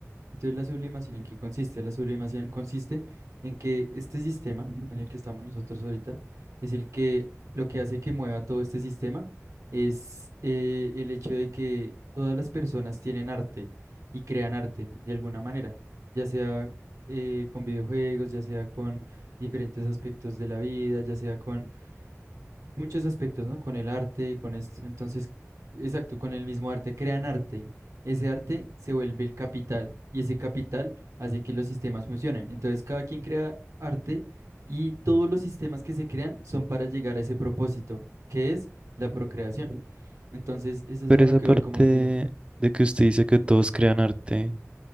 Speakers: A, on the right; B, on the right.
A: Entonces, ¿la sublimación en qué consiste? La sublimación consiste en que este sistema en el que estamos nosotros ahorita es el que lo que hace que mueva todo este sistema es eh, el hecho de que todas las personas tienen arte y crean arte de alguna manera, ya sea eh, con videojuegos, ya sea con diferentes aspectos de la vida, ya sea con muchos aspectos, ¿no? Con el arte, con esto. Entonces, exacto, con el mismo arte, crean arte. Ese arte se vuelve el capital y ese capital hace que los sistemas funcionen. Entonces, cada quien crea arte y todos los sistemas que se crean son para llegar a ese propósito, que es la procreación. Entonces, eso
B: Pero
A: es a
B: esa
A: lo que
B: parte
A: hoy como que,
B: de que usted dice que todos crean arte.